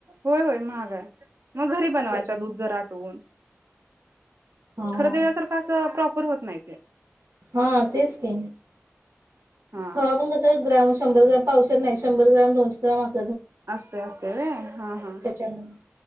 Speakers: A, on the right; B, on the right.
A: होय होय महाग आहे मग घरी बनवायच
B: त्याच्याने.
A: दूध जर आटवून
B: हा.
A: खर त्याच्यासारखं अस प्रॉपर होत माहिती ए
B: हा तेच ते
A: हा
B: खवा पण कस ग्राम शंभर ग्रॉमपावशेर नाही शंभर ग्रॉम दोशे ग्राम अस
A: असअस हय हा हा
B: त्याच्यामुळे